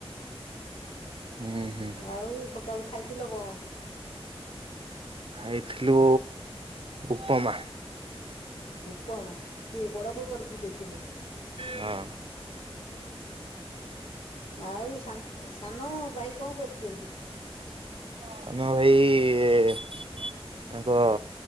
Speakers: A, on the right; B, on the left.
A: ହୁଁ ହୁଁ
B: ଆଉ ସକାଳୁ ଖାଇଥିଲ କଣ?
A: ଖାଇଥିଲୁ ଉପମା।
B: ଉପମା! କିଏ ବଡ ବୋଉ କରିକି ଦେଇଥିଲେ?
A: ହଁ।
B: ଆଉ ସାନ ସାନ ଭାଇ କଣ କରୁଚନ୍ତି?
A: ସାନଭାଇ-ଇ ତାଙ୍କ